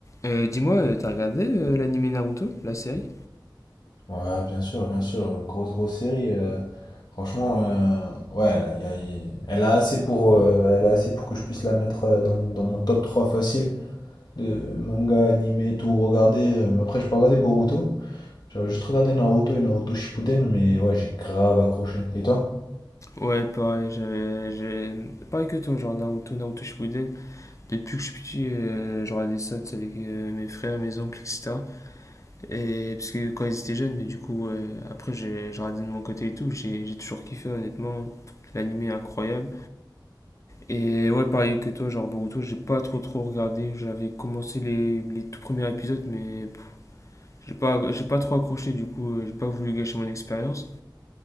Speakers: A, on the left; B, on the left.
A: Euh, dis-moi, euh, t'as regardé euh, l'anime Naruto, la série?
B: Ouais, bien sûr, bien sûr. Grosse, grosse série. euh, franchement, euh, ouais, là, y a- y- elle a assez pour, euh, elle a assez pour que je puisse la mettre euh, dans, dans mon top 3 facile de manga, animé, tout regarder. euh, Mais après, je peux regarder Boruto. J'avais juste regardé Naruto et Naruto Shippuden, mais ouais, j'ai grave accroché. Et toi?
A: Ouais, pareil, j'avais, j'ai... Pareil que toi, genre Naruto, Naruto Shippuden. Depuis que je suis petit, euh, je regardais ça tu sais, avec euh, mes frères, mes oncles, etc. Et parce que quand ils étaient jeunes, mais du coup, ouais, après, j'ai j'ai regardé de mon côté et tout. J'ai j'ai toujours kiffé, honnêtement. L'anime est incroyable. Et ouais, pareil que toi, genre Boruto, j'ai pas trop trop regardé. J'avais commencé les, les tout premiers épisodes, mais pff, j'ai pas, j'ai pas trop accroché, du coup, euh, j'ai pas voulu gâcher mon expérience.